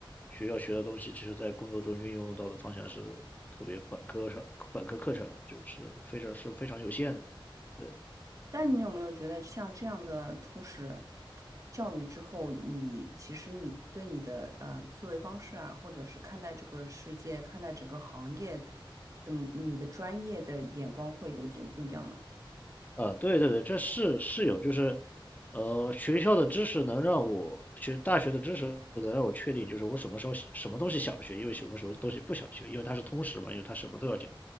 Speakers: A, on the left; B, on the right.
A: 学校学的东西，其实在工作中运用到的方向是特别本科上本科课程嘛，就是非常是非常有限的。对，
B: 但你有没有觉得像这样的从始教育之后，你其实你对你的呃思维方式啊，或者是看待这个世界、看待整个行业的你的专业的眼光会有点不一样呢？
A: 呃，对对对，这是是有，就是，呃，学校的知识能让我学大学的知识能让我确定，就是我什么时候什么东西想学，因为什么时候东西不想学，因为它是通识嘛，因为它什么都要讲，